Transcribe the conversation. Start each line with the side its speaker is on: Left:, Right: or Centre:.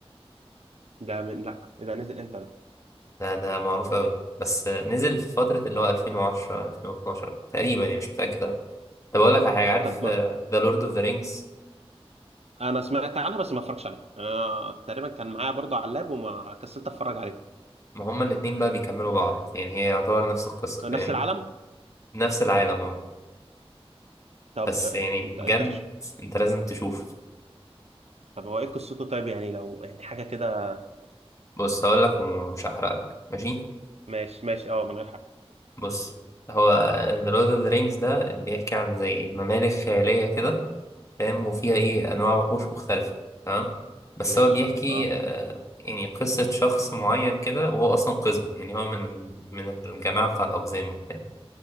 Right: ده من لا إيه ده نزل إمتى ده
Left: ده ده معروف قوي بس آه، نزل في فترة اللي هو 2010 2012 تقريبا يعني مش متأكد أوي. طب أقول
Right: طب,
Left: لك على حاجة عارف
Right: طب ما...
Left: ذا لورد اوف ذا رينجز
Right: أنا سمعت عنها بس ما اتفرجش عليها أنا تقريبا كان معايا برضه على اللاب وما كسلت أتفرج عليه
Left: ما هما الاتنين بقى بيكملوا بعض يعني هي يعتبر نفس القصة
Right: آه، نفس
Left: فاهم
Right: العالم
Left: نفس العالم اه
Right: طب
Left: بس
Right: آه،
Left: يعني
Right: أنت
Left: بجد
Right: أنت ش...
Left: أنت لازم تشوف
Right: طب هو إيه قصته طيب يعني لو يعني حاجة كده
Left: بص هقول لك ومش هحرق لك ماشي
Right: ماشي ماشي أه من غير حاجة
Left: بص هو ذا لورد اوف ذا رينجز ده بيحكي عن زي ممالك خيالية كده فاهم وفيها ايه انواع وحوش مختلفه تمام بس
Right: ماشي
Left: هو بيحكي
Right: اه
Left: آه، يعني قصه شخص معين كده وهو اصلا قزم يعني هو من من الجماعه بتاع الاقزام وبتاع.